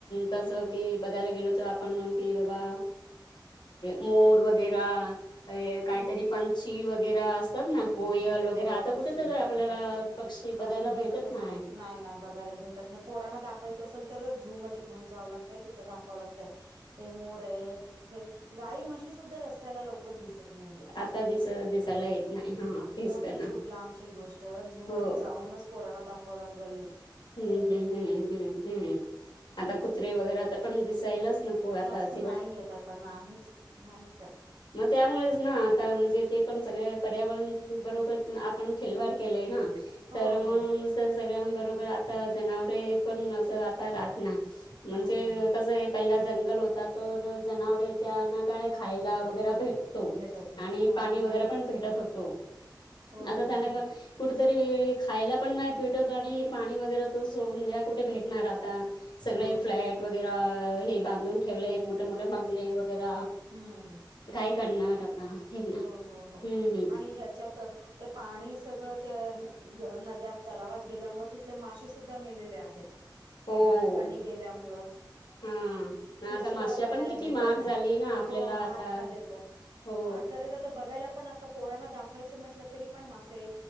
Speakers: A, on the left; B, on the right.
A: तस
B: हम्म
A: की बघायला गेलोत आपण की बाबा मोर वगैरा काहीतरी
B: हम्म
A: पंछी वगैरे असे असत ना
B: हम्म
A: कोयल
B: हो
A: वगैरे आता
B: हो पक्षी
A: कुठेतरी
B: हा
A: आपल्याला
B: पक्षी
A: पक्षी
B: जास्ती
A: बघायला
B: दिसतच
A: भेटत ना
B: नाहीत नाही नाही बघायला भेटत नाही पोराना दाख चं असेल तर ज झू मध्ये घेऊन जावं लागतय तिथ दावाव लागतय हे मोरे हे गाई म्हशी सुद्धा रस्त्याला लवकर दिसत नाही येत
A: आता दिस दिसायला येत नाही हा तेच
B: मोर तर
A: ना
B: खूप लांबची गोष्ट झू
A: हो
B: मध्ये जाऊनच पोराणा दाखवा लागेल
A: हम्म हम्म हम्म् हम्म हम्म आता कुत्रे वगैरे आ पण दिसायलाच ना को आता
B: जास्ती
A: जेवा
B: नाही येत आता नाहीच नाहीच आहे
A: मग त्यामुळेच ना आता म्हणजे ते पण सगळे पर्यावरण बरोबर आपण खिलवाड केलेय ना
B: हो
A: तर म्हणून
B: हो
A: सगळ्यां बरोबर आता जनावरे पण अस आता राहत नाही म्हणजे
B: हो हो हो
A: कस आहे पहिला जंगल होता तर जनावरे त्या काय
B: राहत
A: खायला
B: होते
A: वगै भेटतो
B: भेटत होतो
A: आणि
B: हो
A: पाणी
B: ना
A: वगैरे
B: हो ना
A: पण भेटत होतो
B: हो
A: आता
B: ना
A: त्यांना
B: हो
A: कुठेतरी खायला पण नाही भेटत आणि पाणी वगैरे तर सोडून द्या कुठे भेटणार आता सगळे
B: हो
A: फ्लॅट वगैर हे बांधून ठेवले मोठे मोठे बंगले वगैरा
B: हम् ह
A: काय करणार हे ना हम्म
B: हो हो हो
A: हम्म
B: आणि ह्यांच्यात ते पाणी सगळं त्या नद्यात तलावात गेल्यामुळे तिथले मासेे सुुद्धा मेलेले आहेत
A: हो
B: घाण पाणी गेल्यामुळं
A: हा. ना
B: फिश
A: आता
B: सुद्धा
A: माश्या
B: बघायला
A: पण किती
B: भेटत
A: महाग
B: नाही
A: झाली ना आपल्याला
B: हो महाग
A: आता
B: झाले तर
A: हो
B: महाग झाले तर आता बघायला पण आता पोराना दाखवायचं म्हटलं तरी पण मासे